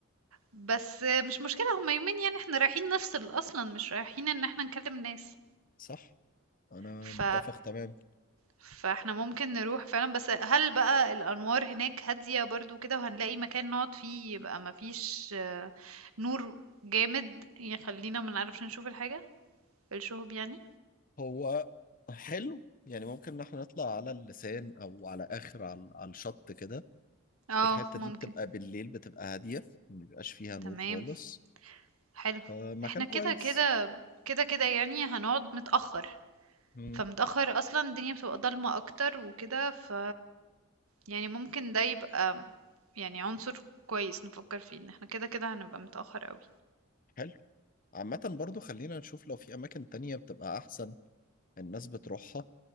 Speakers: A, on the right; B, on the left.
A: بس مش مشكلة هما يومين يعني احنا رايحين نفصل اصلا مش رايحين ان احنا نكلم الناس
B: صح أنا
A: ف
B: متفق تمام
A: فاحنا ممكن نروح فعلا بس هل بقى الانوار هناك هادية برضو كده وهنلاقي مكان نقعد فيه يبقى مفيش آه، نور جامد يخلينا ما نعرفش نشوف الحاجة الشهب يعني
B: هو حلو يعني ممكن ان احنا نطلع على اللسان او على اخر على, على الشط كده
A: اه
B: الحتة
A: ممكن
B: دي بتبقى بالليل بتبقى هادية ما بيبقاش فيها نور
A: تمام
B: خالص
A: حلو
B: فمكان
A: احنا
B: كويس
A: كده كده كده كده يعني هنقعد متأخر
B: مم.
A: فمتأخر اصلا الدنيا بتبقى ضلمة اكتر وكده ف يعني ممكن ده يبقى م- يعني عنصر كويس نفكر فيه ان احنا كده كده هنبقى متأخر قوي
B: حلو عامة برضو خلينا نشوف لو في اماكن تانية بتبقى احسن الناس بتروحها